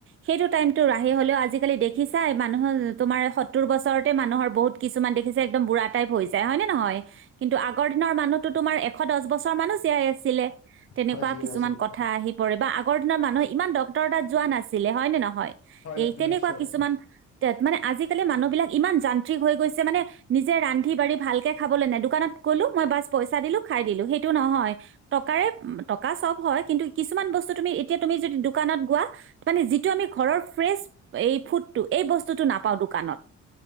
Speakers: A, on the right; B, on the left.
A: সেইটো টাইমতো ৰাহি হলেও আজিকালি দেখিছাই মানুহৰ তোমাৰ সত্তৰ বছৰতে মানুহৰ বহুত কিছুমান দেখিছাই একদম বুঢ়া টাইপ হৈ যায় হয় নে নহয় কিন্তু আগৰ দিনৰ মানুহো তোমাৰ এশ দহ বছৰ মানুহ জীয়াই আছিলে। তেনেকুৱা
B: হয়, জীয়াই
A: কিছুমান
B: আছিলে
A: কথা আহি পৰে বা আগৰ দিনৰ মানুহ ইমান ডক্তৰ তাত যোৱা নাছিলে হয় নে ন হয় এই
B: একদম
A: তেনেকুৱা
B: নিশ্চয়
A: কিছুমান মানে আজিকালি মানুহ বিলাক ইমান যান্ত্ৰিক হৈ গৈছে মানে নিজে ৰান্ধি বাঢ়ি ভালকে খাবলৈ নাই দোকানত গলো মই বাছ পইচা দিলো খাই দিলো সেইটো নহয় টকাৰে টকা চব হয়। কিন্তু কিছুমান বস্তু তুমি এতিয়া তুমি যদি দোকানত গোৱা মানে যিটো আমি ঘৰৰ ফ্ৰেচ এই ফুডটো এই বস্তুটো নাপাও দোকানত